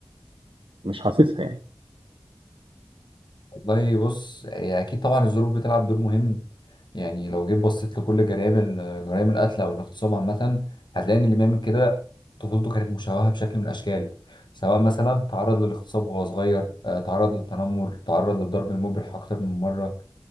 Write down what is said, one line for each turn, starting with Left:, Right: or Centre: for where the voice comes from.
Right: مش حاسسها يعني
Left: والله بص هي اكيد طبعا الظروف بتلعب دور مهم يعني لو جيت بصيت لكل جرائم ال- جرائم القتل او الاغتصاب عامه هتلاقي ان اللي بيعمل كده طفولته كانت مشوهه بشكل من الاشكال سواء مثلا تعرض للاغتصاب وهو صغير آه، تعرض للتنمر تعرض للضرب المبرح اكتر من مره